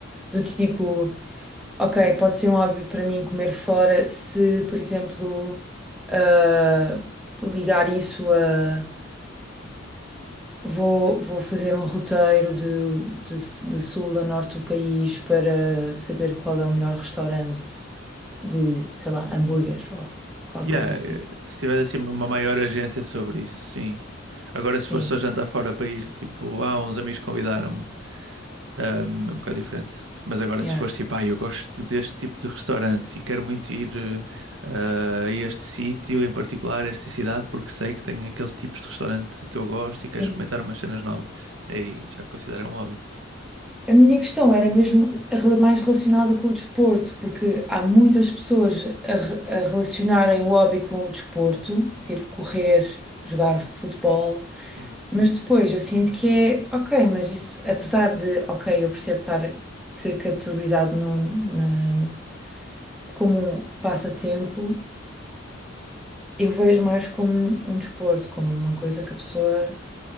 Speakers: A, in the centre; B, on the right.
A: Do tipo, ok, pode ser um hobby para mim comer fora se, por exemplo, ah, ligar isso a. Vou, vou fazer um roteiro de, de, de sul a norte do país para saber qual é o melhor restaurante de, sei lá, hambúrguer ou qualquer
B: Yeah,
A: coisa assim.
B: eh, se tiver assim uma maior agência sobre isso, sim. Agora,
A: Sim,
B: se for só jantar fora do país, tipo, ah, uns amigos convidaram-me, ahm, é um bocado diferente. Mas agora,
A: yeah.
B: se for tipo, ah, eu gosto deste tipo de restaurante e quero muito ir eh, ah, a este sítio, em particular, a esta cidade, porque sei que tem aqueles tipos de restaurante que eu gosto e quero
A: Sim.
B: experimentar umas cenas novas. Aí já considero um hobby.
A: A minha questão era mesmo a rela- mais relacionada com o desporto, porque há muitas pessoas a, re- a relacionarem o hobby com o desporto, tipo correr, jogar futebol,
B: Uhum.
A: mas depois eu sinto que é, ok, mas isso, apesar de, ok, eu percebo estar de ser categorizado no, na- como um passatempo, eu vejo mais como um, um desporto, como uma coisa que a pessoa